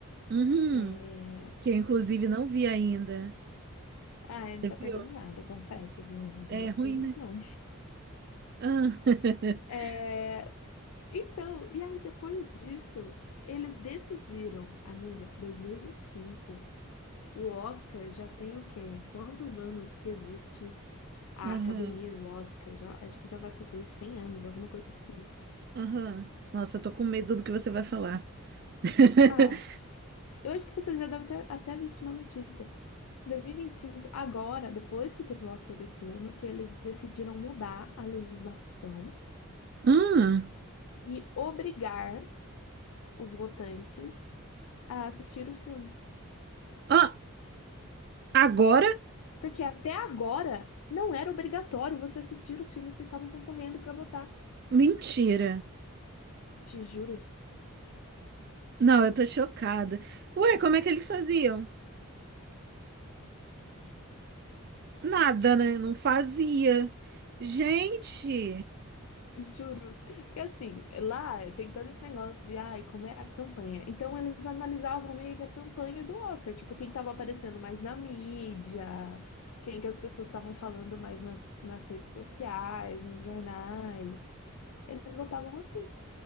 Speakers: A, on the right; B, on the left.
A: uhum.
B: É,
A: Que eu, inclusive, não vi ainda.
B: ah,
A: Você
B: não tá
A: viu?
B: perdendo nada, confesso, viu? Eu
A: É
B: não gostei
A: ruim,
B: muito,
A: né?
B: não.
A: Ah. <laughs>
B: É, então, e aí depois disso, eles decidiram, amiga, 2025, o Oscar já tem o quê? Quantos anos que existe a
A: Aham,
B: academia e o Oscar? Já, acho que já vai fazer 100 anos, alguma coisa assim.
A: aham. Nossa, eu tô com medo do que você vai falar. <laughs>
B: Ah, eu acho que você já deve ter até visto uma notícia. 2025, agora, depois que teve o Oscar desse ano, que eles decidiram mudar a legislação
A: Hum.
B: e obrigar os votantes a assistir os filmes.
A: Ó, agora?
B: Porque até agora não era obrigatório você assistir os filmes que estavam concorrendo para votar.
A: Mentira.
B: Te juro.
A: Não, eu tô chocada. Ué, como é que eles faziam? Nada, né? Não fazia. Gente.
B: Juro. Porque assim, lá tem todo esse negócio de, ai, como é a campanha. Então eles analisavam meio que a campanha do Oscar, tipo, quem tava aparecendo mais na mídia, quem que as pessoas estavam falando mais nas, nas redes sociais, nos jornais. Eles votavam assim.